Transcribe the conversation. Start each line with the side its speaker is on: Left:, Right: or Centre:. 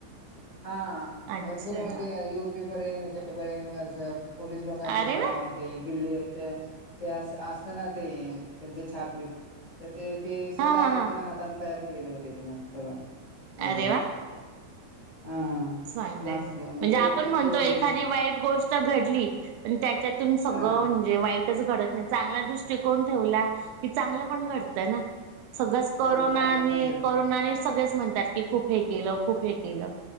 Left: हा
Right: अच्छा
Left: भरपूर म्हणजे. युपी पर्यंत. याच्यापर्यंत असं पोलीस लोकांचे
Right: अरे
Left: आ
Right: वा
Left: ते बिल्ले ते ते अस असत ना ते त्यांचे छापबीप तर ते ते स्वतः
Right: हा हा हा
Left: तिनं हाताानं तयार केलेले होते तिनं सगळं. एकदम
Right: अरेवा.
Left: हा
Right: चांगलंय
Left: मास्क मग
Right: म्हणजे.
Left: ते
Right: आपण म्हणतो.
Left: दोन
Right: एखादी
Left: मग
Right: वाईट गोष्ट घडली पण त्याच्यातून सग
Left: हा
Right: ळं म्हणजे वाईटच घडत नाही. चांगला दृष्टीकोन ठेवला की चांगलं पण घडत ना. सगळंच करोनाने-करोनाने
Left: हो चांगलं पण करतं
Right: सगळेच म्हणतात. की खूप हे केलं खूप हे केलं